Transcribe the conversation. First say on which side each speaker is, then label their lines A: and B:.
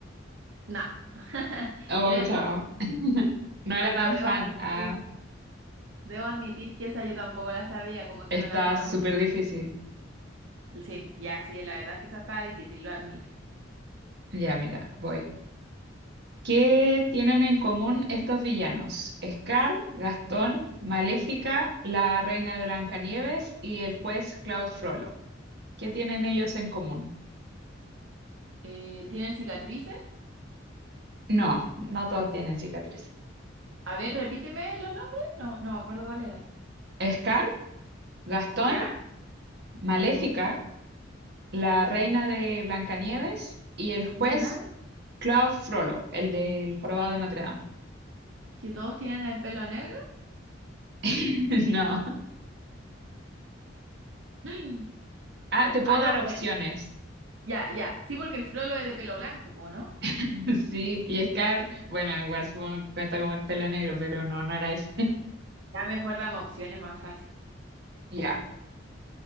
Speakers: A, on the right; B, on the right.
A: No, <laughs>
B: Oh,
A: era lista,
B: chao. <laughs> No era
A: pero
B: tan
A: debo
B: fan.
A: admitir,
B: Ah,
A: debo admitir que esa yo tampoco la sabía, como que
B: está
A: uno la saca
B: súper
A: por...
B: difícil.
A: Sí, ya sí, la verdad es que esa estaba difícil, lo admito.
B: Ya, mira, voy. ¿Qué tienen en común estos villanos? Scar, Gastón, Maléfica, la reina de Blancanieves y el juez Claude Frollo. ¿Qué tienen ellos en común?
A: Eh, ¿tienen cicatrices?
B: No, no todos tienen cicatrices.
A: A ver, repíteme los nombres. No, no me acuerdo cuáles eran.
B: Scar, Gastón,
A: ¿Ya?
B: Maléfica, la reina de Blancanieves y el juez
A: ¿Ya?
B: Claude Frollo, el del jorobado de Notre Dame.
A: ¿Que todos tienen el pelo negro? <gasps>
B: <laughs> No.
A: Mm.
B: Ah,
A: O-
B: te puedo
A: ah, no,
B: dar
A: pues
B: opciones.
A: ya, ya. Sí, porque el Frollo es de pelo blanco, po, ¿no?
B: <laughs> Sí, y Scar, bueno, igual supongo que cuenta como el pelo negro, pero no, no era ese.
A: Ya mejor dame opciones más fácil.
B: <laughs> Ya.